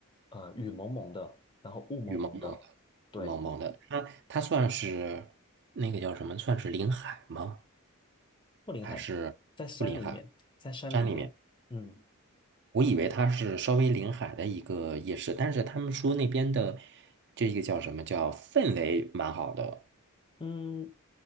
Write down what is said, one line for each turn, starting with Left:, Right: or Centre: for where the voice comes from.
Left: 呃雨蒙蒙的，然后雾蒙蒙的，
Right: 雨蒙蒙。
Left: 对，
Right: 萌萌的，它它算是那个叫什么？算是临海吗？
Left: 不临海，
Right: 还是不临海？
Left: 在山里面，在山里面，
Right: 山里面？
Left: 嗯
Right: 我以为它是稍微临海的一个夜市，但是他们说那边的这个叫什么叫氛围蛮好的。
Left: 嗯，